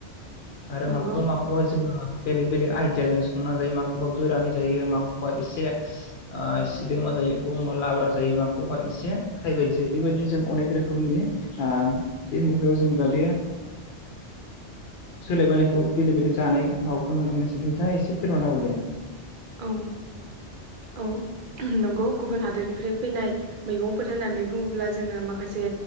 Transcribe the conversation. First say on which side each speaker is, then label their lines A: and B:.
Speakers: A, on the left; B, on the right.
A: <inaudible> आरो
B: नंगौ
A: माखौबा माखौबा जोङो बेलेग बेलेग आइदियाजों संनानै जायो माखौबा गोरानै जायो माखौबा एसे ओ सिदोमा जायो एखौबा लाब्रा जायो माखौबा एसे फ्राइबायदि जायो बेबायदि जों अनेक रोखोमनि आ बे मुगायाव जों दा बे सोलाय बोनायखौ बेले बेजे जानानै माबाखौ नुनोसै नोंथाङा एसे फोरमाना हो दे।
B: औ औ नंगौ। गुबुन हादोर निफ्राय फैनाय मैगंफोर होननानै बुङोब्ला जोङो माख माखासे